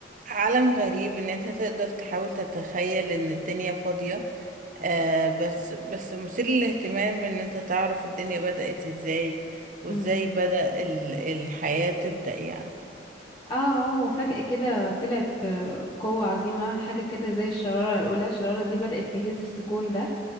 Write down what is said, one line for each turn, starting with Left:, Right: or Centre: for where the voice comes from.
Right: عالم غريب ان انت تقدر تحاول تتخيل ان الدنيا فاضية آه بس بس مثير للاهتمام ان انت تعرف الدنيا بدأت ازاي وازاي
Left: امم
Right: بدأ ال- الحياة تبدأ يعني
Left: اه وفجأة كده طلعت آه، قوة عظيمة حاجة كده زي الشرارة الأولى الشرارة دي بدأت تهز السكون ده